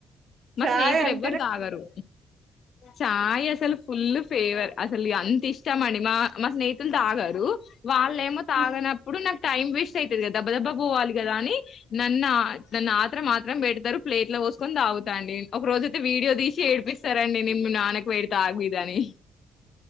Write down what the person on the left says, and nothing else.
మా
స్నేహితులేవ్వర్
తాగరు చాయ్ అసలు ఫులు ఫేవర్ అసలీగ అంత ఇష్టం అండి మా మా స్నేహితుల్ తాగారు వాళ్ళేమో
తాగనప్ ప్పున్ నాక్ టైం వేస్ట్ ఐతదిగ దభ దభ పోవాలి గదని నన్ అ నన్ అత్రం అత్రం పెడ్తరు ప్లె ప్లెట్ల పోస్కన్ తాగుతాండి ఒక రోజు అయితే వీడియో తీసి ఏడ్పిస్తారండి నెన్ మి నాన్నక్ వేడ్త అగు ఇది దనీ